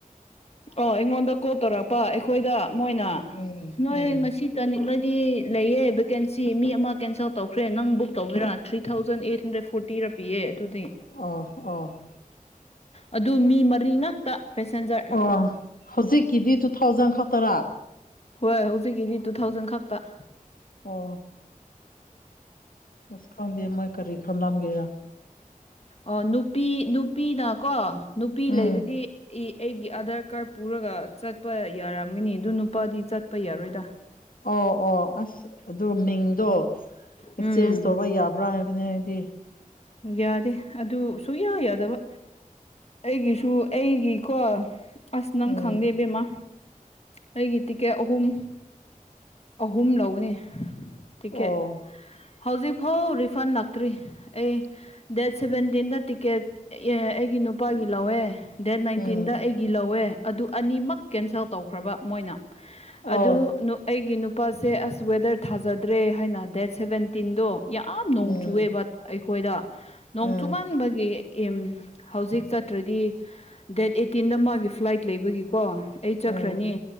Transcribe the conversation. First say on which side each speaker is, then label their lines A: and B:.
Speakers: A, on the left; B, on the left.
A: ꯑꯣ ꯑꯩꯉꯣꯟꯗ ꯀꯣꯜ ꯇꯧꯔꯛꯄ ꯑꯩꯈꯣꯏꯗ ꯃꯣꯏꯅ
B: ꯎꯝ
A: ꯅꯣꯏ
B: ꯎꯝ
A: ꯉꯁꯤ ꯆꯅꯤꯡꯂꯗꯤ ꯂꯩꯌꯦ ꯕꯦꯀꯦꯟꯁꯤ ꯃꯤ ꯑꯃ ꯀꯦꯟꯁꯦꯜ ꯇꯧꯈ꯭ꯔꯦ ꯅꯪ ꯕꯨꯛ ꯇꯧꯒꯦꯔꯥ three thousand eight hundred forty ꯄꯤꯌꯦ ꯑꯗꯨꯗꯤ
B: ꯑꯣ ꯑꯣ
A: ꯑꯗꯨ ꯃꯤ ꯃꯔꯤ ꯉꯥꯛꯇ ꯄꯦꯁꯦꯟꯖꯔ
B: ꯑꯣ ꯍꯧꯖꯤꯛꯀꯤꯗꯤ ꯇꯨ ꯊꯥꯎꯖꯟ ꯈꯛꯇꯔꯥ
A: ꯍꯣꯏ ꯍꯧꯖꯤꯛꯀꯤꯗꯤ ꯇꯨ ꯊꯥꯎꯖꯟ ꯈꯛꯇ
B: ꯑꯣ ꯑꯁ ꯈꯪꯗꯦ ꯃꯣꯏ ꯀꯔꯤ ꯈꯟꯂꯝꯒꯦꯔ
A: ꯑꯣ ꯅꯨꯄꯤ ꯅꯨꯄꯤꯅ ꯀꯣ ꯅꯨꯄꯤ
B: ꯎꯝ
A: ꯂꯩꯔꯗꯤ ꯑꯦ ꯑꯩꯒꯤ ꯑꯥꯙꯔ ꯀꯥꯔꯗ ꯄꯨꯔꯒ ꯆꯠꯄ ꯌꯥꯔꯝꯒꯅꯤ ꯑꯗꯨ ꯅꯨꯄꯥꯗꯤ ꯆꯠꯄ ꯌꯥꯔꯣꯏꯗ
B: ꯑꯣ ꯑꯣ ꯑꯁ ꯑꯗꯨ ꯃꯤꯡꯗꯣ ꯑꯦꯛꯆꯦꯟꯖ
A: ꯎꯝ
B: ꯇꯧꯕ ꯌꯥꯕ꯭ꯔꯥ ꯍꯥꯏꯕꯅꯤ ꯍꯥꯏꯗꯤ
A: ꯌꯥꯗꯦ ꯑꯗꯨ ꯁꯨꯛꯌꯥ ꯌꯥꯗꯕ ꯑꯩꯒꯤꯁꯨ ꯑꯩꯒꯤ ꯀꯣ ꯑꯁ ꯅꯪ
B: ꯎꯝ
A: ꯈꯪꯗꯦꯏꯕꯦꯝꯃ ꯑꯩꯒꯤ ꯇꯤꯛꯀꯦꯠ ꯑꯍꯨꯝ ꯑꯍꯨꯝ ꯂꯧꯒꯅꯤ ꯇꯤꯛꯀꯦꯠ
B: ꯑꯣ
A: ꯍꯧꯖꯤꯛꯐꯥꯎ ꯔꯤꯐꯟ ꯂꯥꯛꯇ꯭ꯔꯤ ꯑꯩ ꯗꯦꯠ ꯁꯦꯚꯦꯟꯇꯤꯟꯗ ꯇꯤꯀꯦꯠ ꯏꯑꯦ ꯑꯩꯒꯤ ꯅꯨꯄꯥꯒꯤ ꯂꯧꯋꯦ ꯗꯦꯠ ꯅꯥꯏꯟꯇꯤꯟꯗ
B: ꯎꯝ
A: ꯑꯩꯒꯤ ꯂꯧꯋꯦ ꯑꯗꯨ ꯑꯅꯤꯃꯛ ꯀꯦꯟꯁꯦꯜ ꯇꯧꯈ꯭ꯔꯕ ꯃꯣꯏꯅ
B: ꯑꯣ
A: ꯑꯗꯨ ꯅꯨ ꯑꯩꯒꯤ ꯅꯨꯄꯥꯁꯦ ꯑꯁ ꯋꯦꯗꯔ ꯊꯥꯖꯗ꯭ꯔꯦ ꯍꯥꯏꯅ ꯗꯦꯠ ꯁꯚꯦꯟ ꯇꯤꯟꯗꯣ ꯌꯥꯝ ꯅꯣꯡ
B: ꯎꯝ
A: ꯆꯨꯑꯦꯕ ꯑꯩꯈꯣꯏꯗ ꯅꯣꯡ
B: ꯎꯝ
A: ꯆꯨꯃꯟꯕꯒꯤ ꯑꯦꯝ ꯍꯧꯖꯤꯛ ꯆꯠꯇ꯭ꯔꯗꯤ ꯗꯦꯠ ꯑꯦꯠꯇꯤꯟꯗ ꯃꯥꯒꯤ ꯐ꯭ꯂꯥꯏꯠ ꯂꯩꯕꯒꯤ ꯀꯣ ꯑꯩ
B: ꯎꯝ
A: ꯆꯠꯈ꯭ꯔꯅꯤ